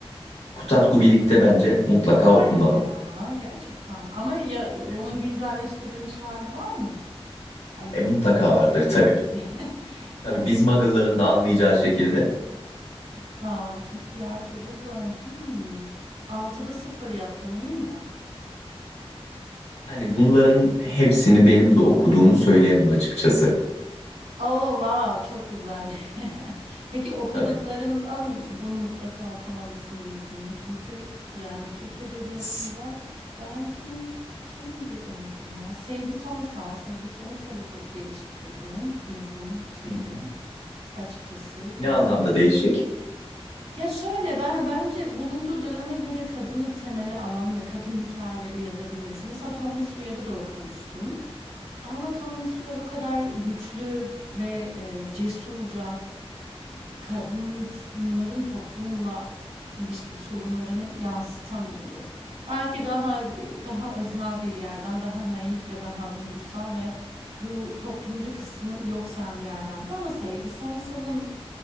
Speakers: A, on the left; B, on the right.
A: Kutat Gubilik'te bence mutlaka
B: Hayır
A: okunmalı.
B: ya, gerçekten. Ama ya, onun
A: Gerçekten.
B: güncelleştirilmiş hali var mı? Hani
A: E, mutlaka
B: günümüz
A: vardır
B: Türkçesi.
A: tabii.
B: <laughs>
A: Tabii
B: Ta, çünkü
A: biz Muggle'ların da anlayacağı şekilde.
B: tamam, çünkü diğer türlü zor. Hmm. 6'da 0 yaptım, iyi mi?
A: Yani bunların hepsini benim de okuduğumu söyleyemem açıkçası.
B: Oh wow çok güzel. <laughs> Peki okuduklarından
A: Tabii.
B: bunu mutlaka okumalısın diyeceğin. Çünkü yani Türk edebiyatında
A: S-
B: ben kim kimdi o ya? Sevgi Soysal, Sevgi Soysal'ı çok değişik buldum yazım şeyini.
A: Hı hı.
B: Açıkçası tavsiye
A: Ne anlamda
B: edebilirim.
A: değişik?
B: Ya şöyle ben bence bulunduğu döneme göre kadını temele alan ve kadın hikayeleri yazabilmesi. Mesela Tomris Uyar'ı da okumuştum. Ama Tom Sawyer o kadar güçlü ve e, cesurca kadınların toplumla ilişkili sorunlarını yansıtamıyordu. Belki daha daha öznel bir yerden, daha naif ve daha duygusal ve bu toplumcu kısmı yok sayan bir yerdendi. Ama Sevgi Soysal'ın